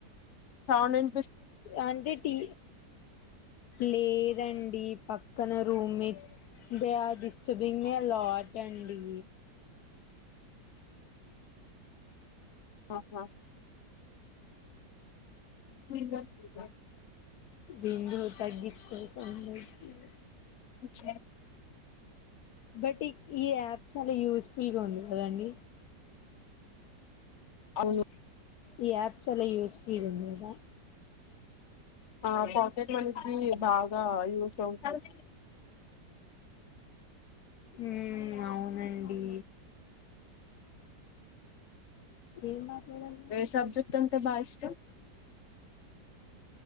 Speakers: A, on the left; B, on the left.
A: అవునం
B: ఆంటీ టి లేదండి పక్కన roommates they are disturbing me lot అండి.
A: అహా ఇప్పుడు వినవస్తుందా.
B: బిందు తగ్గించుకో సౌండ్ వస్తుంది.
A: చ్
B: బట్ ఈ యాప్ చాలా యూస్ఫుల్ గా ఉంది. కదండి.
A: అవును
B: ఈ యాప్ చాలా యూస్ఫుల్ ఉంది గదా.
A: ఆ పాకెట్ మనీకి బాగా యూస్ అవుతుంది.
B: ఉమ్ అవునండి. ఏం మాట్లాడాలి మరి
A: ఎ సబ్జెక్ట్ బాగా ఇష్టం